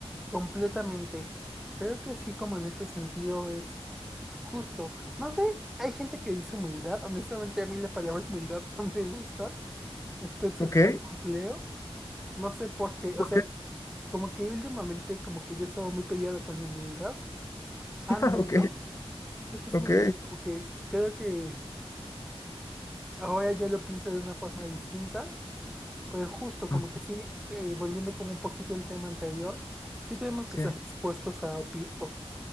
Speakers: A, in the centre; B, on the left.
A: completamente, creo que sí, como en ese sentido es justo. No sé, hay gente que dice humildad, honestamente a mí la palabra humildad <laughs> no me gusta, entonces
B: Ok,
A: no la empleo, no sé por qué, o
B: ok,
A: sea, como que últimamente como que yo estaba muy peleado con la humildad
B: <laughs>
A: antes,
B: ok,
A: ¿no? Entonces,
B: ok.
A: no sé, como que creo que ahora yo lo pienso de una forma distinta. Pero justo como
B: Ah,
A: que sí, eh, volviendo como un poquito al tema anterior, sí tenemos
B: Sí,
A: que estar expuestos a opi- o-